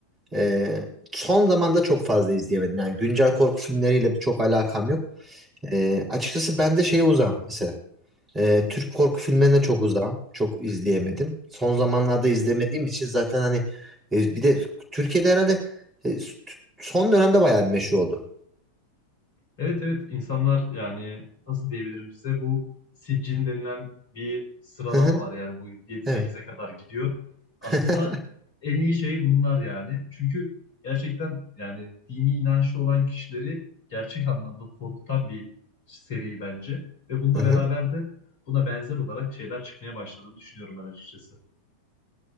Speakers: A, on the right; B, on the left.
A: Ee, son zamanda çok fazla izleyemedim. Yani güncel korku filmleriyle çok alakam yok. Ee, açıkçası ben de şeye uzağım mesela. Ee, Türk korku filmlerine çok uzağım. Çok izleyemedim. Son zamanlarda izlemediğim için zaten hani e, bir de Türkiye'de herhalde e, s- t- son dönemde bayağı bir meşhur oldu.
B: Evet evet insanlar yani nasıl diyebilirim size bu siccin denilen bir sıralama
A: Hı hı,
B: var yani bu yedi sekize
A: evet.
B: kadar gidiyor. Aslında
A: <laughs>
B: en iyi şey bunlar yani. Çünkü gerçekten yani dini inançlı olan kişileri gerçek anlamda korkutan bir seri bence. Ve bununla
A: Hı hı,
B: beraber de buna benzer olarak şeyler çıkmaya başladığını düşünüyorum ben açıkçası.